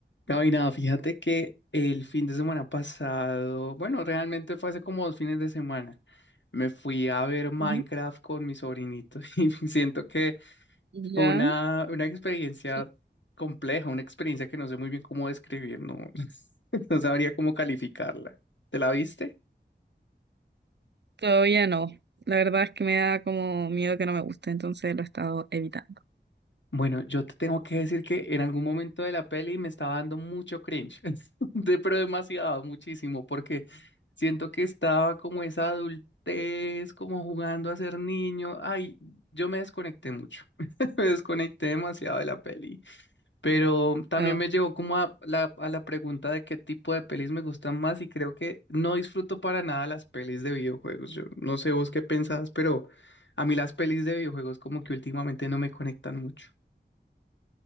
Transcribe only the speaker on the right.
Ujú.
Ya,
sí.
todavía no. La verdad es que me da como miedo que no me guste, entonces lo he estado evitando.
Oh,